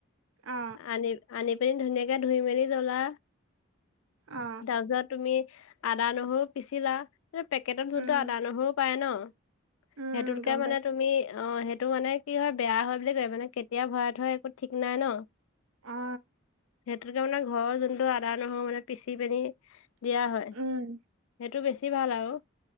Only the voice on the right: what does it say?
অ
অ
উম
উম
গম
পাইছো
অ
উম